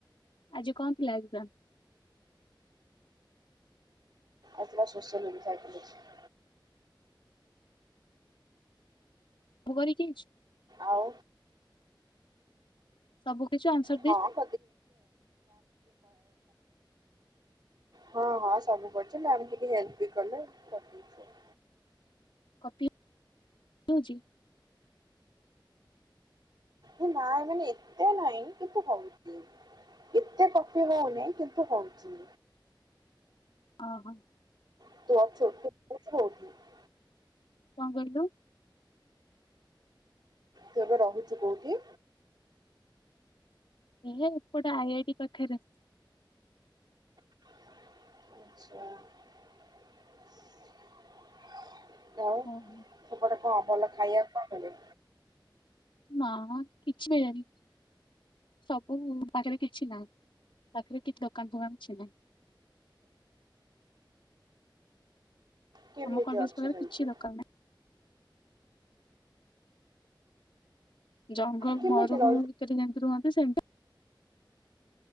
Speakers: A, on the left; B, on the right.
A: ଆଜି କଣ ଥିଲା ଏକ୍ସାମ?
B: ଆଜି ଥିଲା ସୋସିଆଲ <unintelligible>
A: ମୁଁ କରିକି <unintelligible>
B: ଆଉ
A: ସବୁ କରିଚୁ ଆନ୍ସାର
B: ହଁ <unintelligible> ହଁ ହଁ ସବୁ କରୁଚି ମ୍ୟାମ୍ ଟିକେ ହେଲ୍ପ ବି କଲେ କରିଦେଇଚି ଆଉ।
A: କପି ହୋଉଚି?
B: ଏ ନାଇଁ ମାନେ ଏତେ ନାହିଁ କିନ୍ତୁ ହୋଉଚି। ଏତେ କପି ହୋଉନିଁ କିନ୍ତୁ ହୋଉଚି।
A: ଅ ହଁ।
B: <unintelligible>
A: କଣ କହିଲୁ?
B: ତୁ ଏବେ ରହୁଚୁ କୋଉଠି?
A: ଇଏ ଏପଟେ ଆଇଆଇଟି ପାଖରେ
B: ଆଚ୍ଛା <unintelligible>
A: ହଁ
B: ସେପଟେ କ ଭଲ ଖାଇବାକୁ କଣ ମିଳେ?
A: ମା କିଛି ମିଳେନି ସବୁ ଉ ପାଖରେ କିଛି ନାହିଁ ପାଖରେ କିଛି ଦୋକାନ ଫୋକାନ କିଛି ନାହିଁ
B: କେମିତି
A: ଆମ କଲେଜ
B: ଅଛ
A: ପାଖରେ
B: ସେମିତି
A: କିଛି ଦରକାର ନାହିଁ ଜଙ୍ଗଲ
B: କେମିତି
A: ମରୁଭୂମ
B: ରହୁଛ
A: ଭିତରେ ଯେମିତି ରୁହନ୍ତି ସେମତି